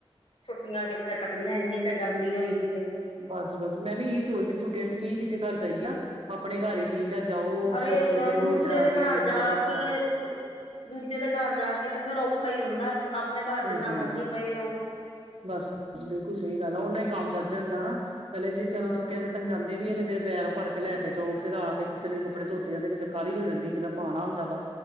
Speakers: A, on the left; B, on the right.
A: ਛੁੱਟੀਆਂ ਕਿੱਥੇ ਕੱਟਣੀਆਂ ਇੰਨੀ ਤੇ ਗਰਮੀ ਹੋਈ ਦੀ ਹੈ।
B: ਬਸ ਬਸ ਮੈਂ ਵੀ ਇਹੀ ਸੋਚਦੀ ਛੁੱਟੀਆਂ ਚ ਕੀ ਕਿਸੇ ਘਰ ਜਾਈਏ ਨਾ ਆਪਣੇ ਘਰ ਹੀ ਠੀਕ ਆ ਜਾਓ।
A: ਅਰੇ
B: ਸ਼ੋਪਿੰਗ ਕਰੋ
A: ਦੂਸਰੇ
B: ਜਾ
A: ਦੇ
B: ਕੇ
A: ਘਰ ਜਾ
B: ਬੜਾ ਔਖਾ
A: ਕੇ ਦੂਜੇ ਦੇ ਘਰ ਜਾ ਕੇ ਕਿਤੇ ਫੇਰ ਔਖਾ ਹੀ ਹੁੰਦਾ ਆਪਣੇ
B: ਹਾਂਜੀ-ਹਾਂਜੀ-ਹਾਂਜੀ
A: ਘਰ ਜਿੱਦਾਂ ਮਰਜ਼ੀ ਪਏ ਰਹੋ।
B: ਬਸ ਬਸ ਬਿਲਕੁਲ ਸਹੀ ਗੱਲ ਆ ਉਹਨਾ ਹੀ ਕੰਮ ਵੱਧ ਜਾਂਦਾ ਪਹਿਲੇ ਜੇ ਚਲੋ
A: ਹਾਂ।
B: ਛੁੱਟੀਆਂ ਕੱਟਣ ਜਾਂਦੇ ਇਹ ਵੀ ਆ ਤੇ ਫਿਰ ਬੈਗ ਭਰ ਕੇ ਲੈ ਕੇ ਜਾਓ ਫਿਰਰ ਆ ਕੇ ਕਿਸੇ ਕੱਪੜੇ ਧੋਤੇ ਜਾਂਦੇ ਕਿਸੇ ਕਾਲੀ ਹੋ ਜਾਂਦੀ ਇੱਕਦਮ ਆਣਾ ਹੁੰਦਾ ਵਾ।